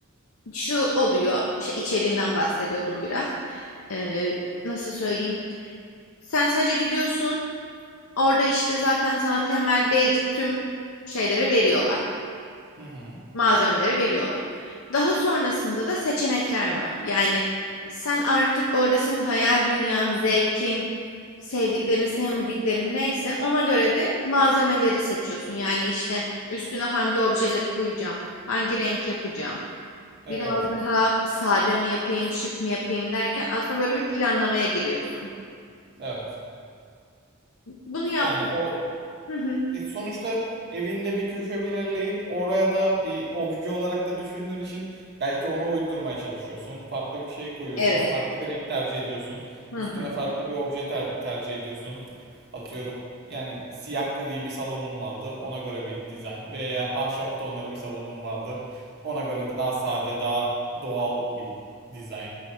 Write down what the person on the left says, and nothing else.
şu oluyor işte içeriğinden bahsediyordum biraz. Ee, nasıl söyleyeyim? Sen sadece gidiyorsun orada işte zaten sana temel basic tüm şeyleri veriyorlar.
malzemeleri veriyorlar. Daha sonrasında da seçenekler var. Yani sen artık orada senin hayal dünyan, zevkin, sevdiklerin, sevmediklerin neyse ona göre de malzemeleri seçiyorsun. Yani işte üstüne hangi objeleri koyacağım, hangi renk yapacağım,
biraz daha sade mi yapayım, şık mı yapayım derken aslında böyle bir planlamaya giriyorsun.
Bunu yaptım.
Hı hı.
Evet.
Hı
hı.